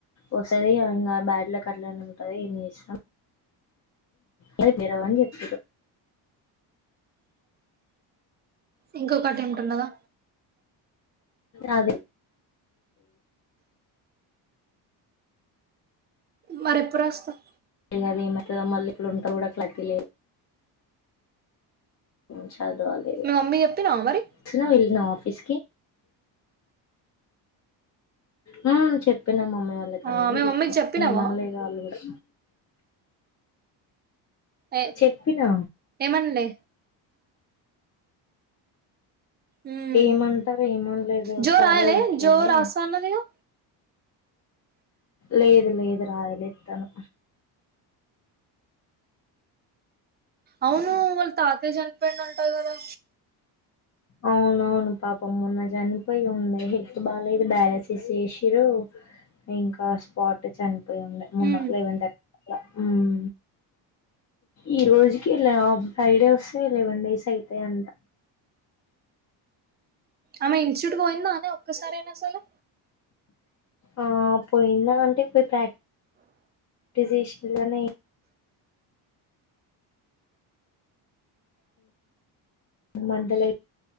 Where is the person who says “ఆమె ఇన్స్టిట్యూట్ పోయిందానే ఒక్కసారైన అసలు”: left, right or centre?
Right